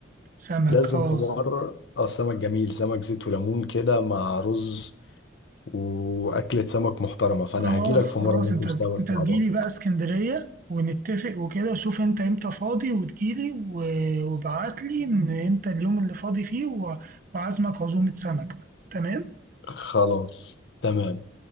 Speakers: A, on the right (about 45°); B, on the left (about 60°).
A: سمك
B: لازم
A: أه
B: في مره اه السمك جميل سمك زيت وليمون كده مع رز واكلة سمك محترمه فانا
A: خلاص
B: هجيلك في
A: خلاص
B: مره ناكل
A: أنت
B: سمك
A: أنت
B: مع
A: تجيلي
B: بعض
A: بقى اسكندرية ونتفق وكده شوف أنت إمتى فاضي وتجيلي و- وابعتلي إن أنت اليوم اللي فاضي فيه و- وعازمك عزومة سمك بقى تمام
B: خلاص تمام